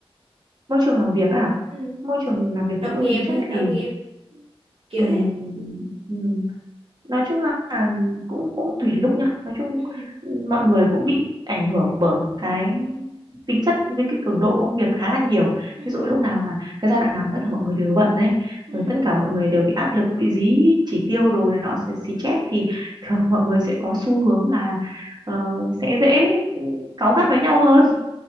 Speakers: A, on the right; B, on the right.
A: Môi trường làm việc à,
B: ừ
A: Môi trường làm việc
B: đồng
A: của tôi
B: nghiệp
A: nhìn chung
B: á đồng
A: thì
B: nghiệp kiểu
A: ừm,
B: thế
A: ừm, nói chung là cũng cũng tùy lúc nha. Nói chung
B: ừ
A: ừm, mọi người cũng bị ảnh hưởng bởi cái tính chất với cái cường độ công việc khá là nhiều.
B: ừ
A: Ví dụ lúc nào mà cái giai đoạn nào mà tất cả mọi người đều bận đấy,
B: ừ
A: rồi
B: <laughs>
A: tất cả mọi người đều bị áp lực, bị dí chỉ tiêu đồ này nọ xì xì chét thì thường mọi người sẽ có xu hướng là ờ, sẽ dễ ừ, cáu gắt với nhau hơn